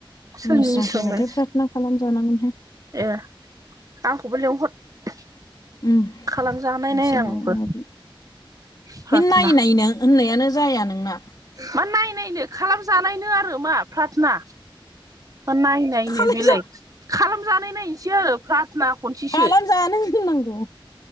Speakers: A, on the right; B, on the left.
A: सोरनि
B: मिनिस्रां फैबाथाय
A: सोंदों
B: पार्थना खालामजानांगोनहाय
A: ए आंखौबो लेंहर
B: उमएसे
A: खालामजानायनाय आंबो
B: माबा माबि
A: प्रार्थना
B: बिनो नायै नायनों होननायानो जाया नोंना।
A: मा नायनायनो खालामजानायनो आरो मा प्रार्थना मा नायनायनो
B: खालाय
A: बेलाय
B: जा
A: खालामजानाय नायनोसै आरो प्रार्थना। खनसेसो
B: खालाम जानो दोननांगौ।